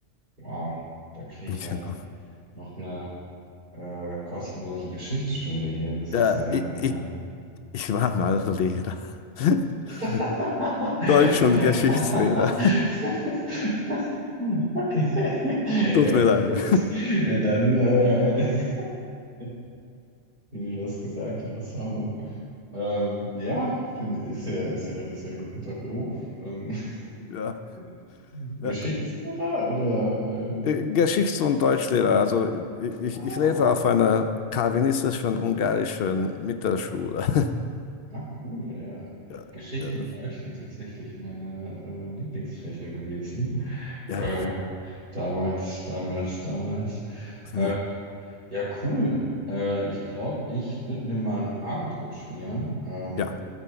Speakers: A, on the right; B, on the left.
A: Wow, da kriege
B: genau.
A: ich ja noch eine äh, kostenlose Geschichtsstunde hier. Das
B: Ja,
A: ist ja.
B: ich,
A: Äh,
B: ich, ich war mal Lehrer. <laughs>
A: <laughs>
B: Deutsch- und Geschichtslehrer.
A: Okay.
B: <laughs> Tut
A: Ja,
B: mir
A: gut.
B: leid.
A: Ja, dann, äh, <laughs> wie du das gesagt hast, Hammer. Ähm, ja, finde ist ja, ist ja, ist ja ein guter Beruf. Ähm,
B: <laughs> Ja.
A: <laughs> Geschichtslehrer
B: Äh,
A: oder äh,
B: äh, Geschichts- und Deutschlehrer, also ich, ich
A: ah,
B: ich lehrte auf einer calvinistischen ungarischen Mittelschule.
A: hm,
B: <laughs>
A: ah, cool, ja.
B: Ja,
A: Geschichte
B: äh,
A: und Deutsch sind tatsächlich meine äh, Lieblingsfächer gewesen.
B: ja,
A: Äh, damals, damals, damals. Äh,
B: ja.
A: ja, cool. Äh, ich glaube, ich würde mir mal ein Abendbrot schmieren. Ähm,
B: ja.